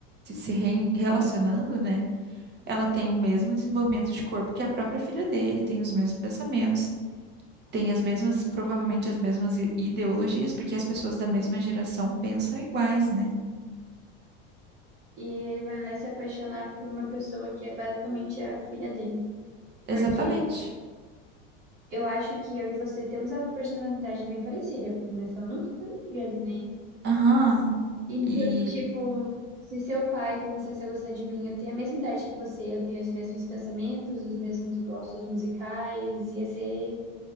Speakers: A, on the right (about 35°); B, on the right (about 50°).
A: se, se re- relacionando, né? Ela tem o mesmo desenvolvimento de corpo que a própria filha dele, tem os mesmos pensamentos, tem as mesmas, provavelmente as mesmas i- ideologias, porque as pessoas da mesma geração pensam iguais, né?
B: E ele vai lá se apaixonar por uma pessoa que é basicamente a filha dele.
A: Exatamente.
B: Porque eu acho que eu e você temos a personalidade bem parecida, porque nós somos amigas, né?
A: Aham.
B: Então,
A: E
B: tipo, se seu pai começasse a gostar de mim, eu tenho a mesma idade que você, eu tenho os mesmos pensamentos, os mesmos gostos musicais, ia ser,